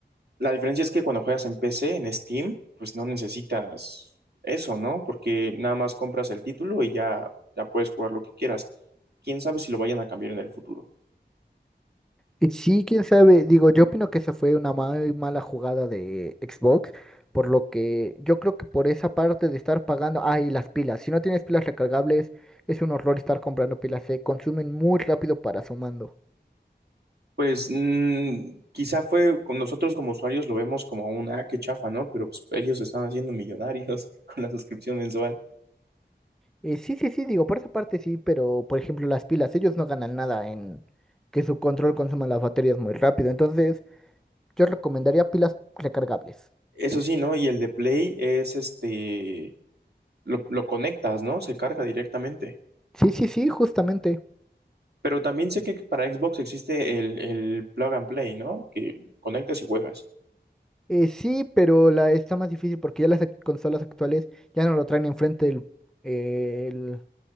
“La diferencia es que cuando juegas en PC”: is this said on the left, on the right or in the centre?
Right